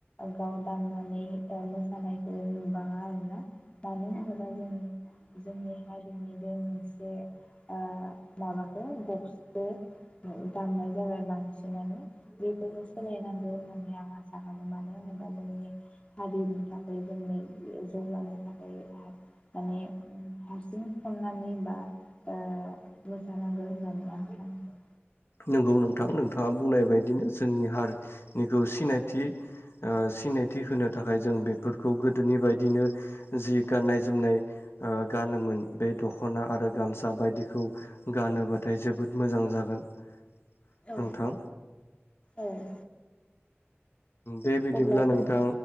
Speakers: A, on the left; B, on the left.
A: गाव दामनानै मोसानायखौ नुबाङा आरोना मानो होनोब्ला जोंनि जोंनि हारिनि बे मोनसे आ माबाखौ बक्सबो दामनाय जाबाय बांसिन सिनानो बेफोरखौ सोलायनांगौ होननानै आं आसा खालामो मानो होनोबा जोंनि हारिनि थाखाय जोंनि जौगानो थाखाय हा माने हारसिं खननानै बा आ मोसानांगौ होननानै आं सानो
B: नंगौ नोंथां नोंथाङा बुंनाय बायदिनो जोंनि हारिनिखौ सिनायथि आ सिनायथि होनो थाखाय जों बेफोरखौ गोदोनि बायदिनो जि गाननाय जोमनाय गानोमोन बे दख'ना आरो गामसा बायदिखौ गानोबाथाय जोबोद मोजां जागोन
A: औ
B: नोंथां
A: औ
B: दे बिदिब्ला
A: अब्ला जोङो
B: नोंथां